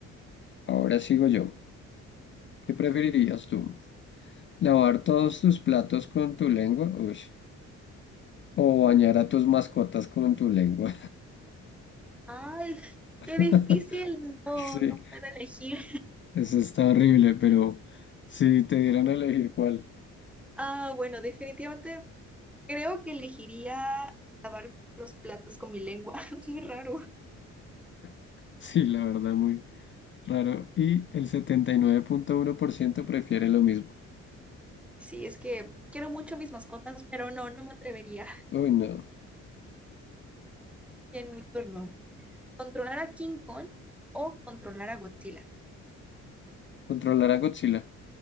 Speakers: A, on the left; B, in the centre.
A: Ahora sigo yo. ¿Qué preferirías tú? ¿Lavar todos tus platos con tu lengua? Uy. ¿O bañar a tus mascotas con tu lengua?
B: Ay, qué
A: <laughs>
B: difícil. No,
A: Sí.
B: no puedo elegir.
A: Eso está horrible, pero si te dieran a elegir cuál,
B: Ah, bueno, definitivamente creo que elegiría lavar los platos con mi lengua. <laughs> Muy raro.
A: <laughs> sí, la verdad, muy raro. Y el setenta y nueve punto uno por ciento prefiere lo mismo.
B: Sí, es que quiero mucho mis mascotas, pero no, no me atrevería. <laughs>
A: Uy, no.
B: Y en mi turno, controlar a King Kong o controlar a Godzilla.
A: Controlar a Godzilla.